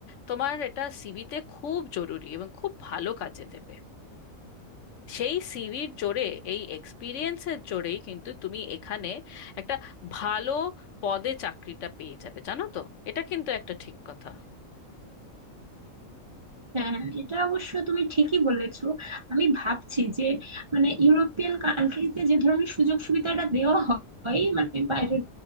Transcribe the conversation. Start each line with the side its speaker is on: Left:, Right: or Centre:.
Left: তোমার এটা সিভিতে খুব জরুরি এবং খুব ভালো কাজে দেবে সেই সিভির জোরে এই এক্সপিরিয়েন্সের জোরেই কিন্তু তুমি এখানে একটা ভালো পদে চাকরিটা পেয়ে যাবে জানো তো এটা কিন্তু একটা ঠিক কথা
Right: হ্যাঁ হ্যাঁ, এটা অবশ্য তুমি ঠিকই বলেছো আমি ভাবছি যে মানে ইউরোপিয়ান কান্ট্রিতে যে ধরনের সুযোগ সুবিধাটা দেওয়া হয় মানে বাইরের